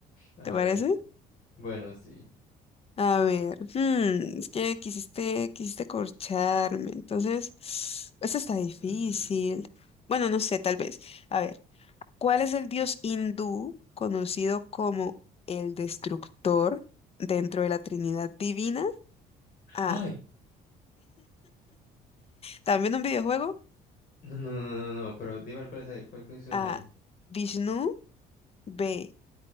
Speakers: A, on the left; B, on the left.
A: A
B: ¿Te parece?
A: ver. Bueno, sí.
B: A ver, hmm, es que quisiste, quisiste corcharme, entonces, <sniffs> esto está difícil.
A: Mm.
B: Bueno, no sé, tal vez. A ver, ¿cuál es el dios hindú conocido como el destructor dentro de la Trinidad Divina? A.
A: ¡Ay!
B: También un videojuego.
A: No, no, no, no, no, no. Pero dime cuáles hay, cuáles cuáles
B: A.
A: hay.
B: Vishnu. B.